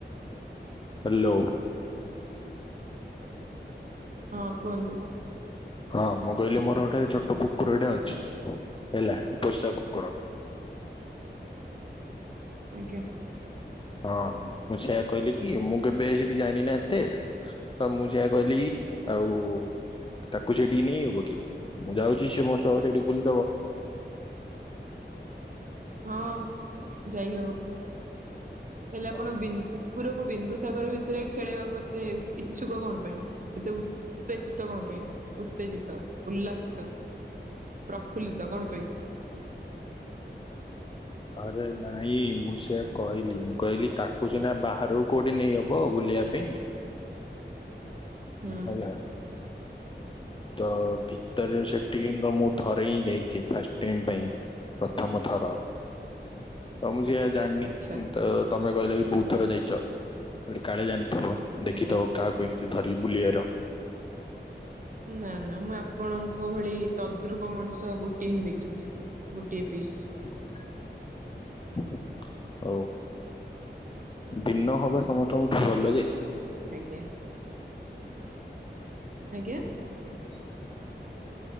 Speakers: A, on the left; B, on the right.
A: ହ୍ୟାଲୋ।
B: ହଁ କୁହନ୍ତୁ।
A: ହଁ ମୁଁ କହିଲି ମୋର ଗୋଟେ ଛୋଟ କୁକୁରଟେ ଅଛି ହେଲା ପୋଷା କୁକୁର
B: ଆଜ୍ଞା।
A: ହଁ ମୁଁ ସେୟା କହିଲି କି ମୁଁ କେବେ ସେଇଠିକି ଯାଇନି ନା ଏତେ। ହଁ ମୁଁ ଯାଆ କହିଲି ଆଉ ତାକୁ ସେଠିକି ନେଇ ହବ କି ମୁଁ ଯାଉଚି ସେ ମୋ ସହ ସେଇଠି ବୁଲିଦବ?
B: ହଁ ଯାଇହବ। ହେଲେ ଆପଣ
A: ହଁ
B: ବି କୁକୁରକୁ ବିନ୍ଦୁସାଗର ଭିତରେ ଖେଳେଇବାକୁ ଏତେ ଇଚ୍ଛୁକ କଣ ପାଇଁ ଏତେ ଉ ଉତ୍ତେତ୍ସିତ କଣ ପାଇଁ ଉତ୍ତେଜିତ ଉଲ୍ଲାସିତ ପ୍ରଫୁଲ୍ଲିତ କଣ ପାଇଁ?
A: ଆରେ ନାଇଁ ମୁଁ ସେୟା କହିଲି ମୁଁ କହିଲି ତାକୁ ସିନା ବାହାରକୁ କୋଉଠି ନେଇହବ ବୁଲିବା ପାଇଁ।
B: ହୁଁ
A: ହେଲା? ତ ଭିତରେ ସେଠି କି ମୁଁ ଥରେ ହିଁ ଯାଇଚି ଫାଷ୍ଟ ଟାଇ ପାଇଁ। ପ୍ରଥମ ଥର। ତ ମୁଁ ଯେ ଜାଣିନି
B: ଆଚ୍ଛା
A: ତ ତମେ କହିଲ କି ବହୁତ ଥର ଯାଇଚ ବଲି କାଳେ ଜାଣିଥିବ। ଦେଖିଥବ
B: ଆଜ୍ଞା।
A: କାହାକୁ ଏମିତି ଧରି ବୁଲିବାର।
B: ନା ନା ମୁଁ ଆପଣଙ୍କ ଭଳି ତଦ୍ରୁପ ମଣିଷ ଗୋଟିଏ ହିଁ ଦେଖିଚି। ଗୋଟିଏ ପିସ୍।
A: <unintelligible> ହଉ ଭିନ୍ନ ହବା ସମସ୍ତଙ୍କୁଠୁ ଭଲ ଯେ।
B: ଆଜ୍ଞା। ଆଜ୍ଞା।
A: <inaudible>